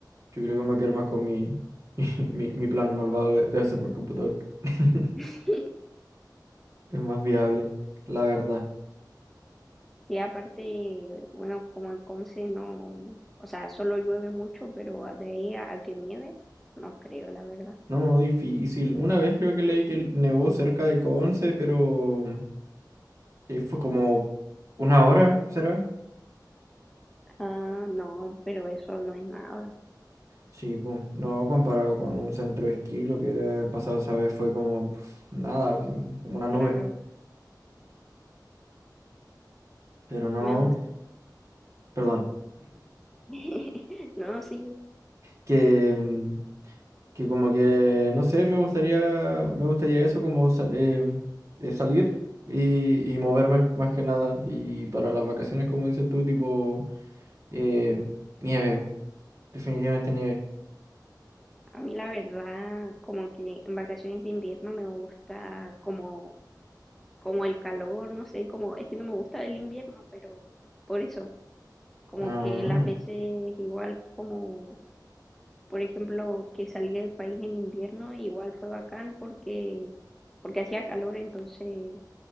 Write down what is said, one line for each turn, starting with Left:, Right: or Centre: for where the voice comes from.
Right: yo creo que me quiero más con mi, <laughs> mi, mi plan malvado de, de hacerme el computador. <laughs>
Centre: <laughs>
Right: Es más viable, la verdad.
Centre: Sí, aparte, bueno, como en Conce no, o sea, solo llueve mucho, pero de ahí a, a que nieve, no creo, la verdad.
Right: No, difícil. Una vez creo que leí que nevó cerca de Conce, pero eh, fue como una hora, ¿será?
Centre: Ah, no, pero eso no es nada,
Right: Sí, pues, no comparado con un centro de esquí, lo que debe haber pasado esa vez fue como pf, nada, así, como una
Centre: claro,
Right: nube. Pero no,
Centre: me gusta.
Right: perdón,
Centre: <laughs> No, sí,
Right: que, mm, que como que, no sé, me gustaría, me gustaría eso como sa- eh, eh, salir y, y moverme más que nada. Y para las vacaciones, como dices tú, tipo eh, nieve, weón, definitivamente nieve.
Centre: a mí la verdad, como que en vacaciones de invierno me gusta como, como el calor, no sé, como, es que no me gusta el invierno, pero por eso, como
Right: Ah,
Centre: que las veces igual como por ejemplo, que salí del país en invierno, igual fue bacán porque, porque hacía calor, entonces